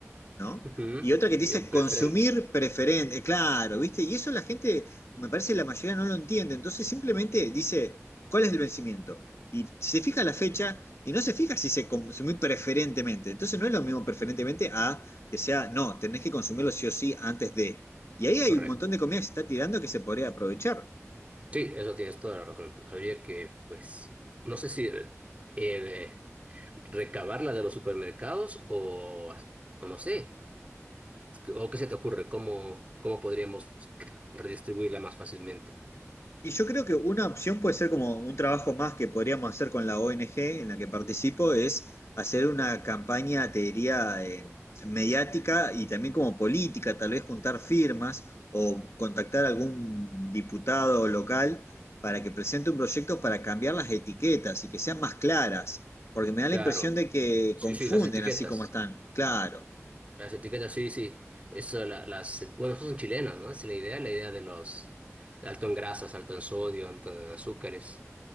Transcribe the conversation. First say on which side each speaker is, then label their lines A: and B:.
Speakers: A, on the left; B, on the right.
A: ¿no?
B: ujú.
A: Y otra que te dice
B: Yo, preferente,
A: consumir preferente, claro, ¿viste? Y eso la gente, me parece la mayoría no lo entiende, entonces simplemente dice, ¿cuál es el vencimiento? Y se fija la fecha y no se fija si se consumir preferentemente, entonces no es lo mismo preferentemente a que sea, no, tenés que consumirlo sí o sí antes de. Y ahí hay
B: correcto.
A: un montón de comida que se está tirando que se podría aprovechar.
B: Sí, eso tienes toda la razón. Habría que, pues, no sé si eh, recabarla de los supermercados o, o no sé. ¿O qué se te ocurre? ¿Cómo, cómo podríamos re- redistribuirla más fácilmente?
A: Y yo creo que una opción puede ser como un trabajo más que podríamos hacer con la ONG en la que participo, es hacer una campaña, te diría, eh, mediática y también como política, tal vez juntar firmas o contactar a algún diputado local para que presente un proyecto para cambiar las etiquetas y que sean más claras, porque me da
B: Claro,
A: la impresión de que
B: sí,
A: confunden
B: sí, las etiquetas.
A: así como están. Claro,
B: Las etiquetas, sí, sí. Eso, la- las, bueno, esas son chilenas, ¿no? Esa es la idea, la idea de los alto en grasas, alto en sodio, alto en azúcares.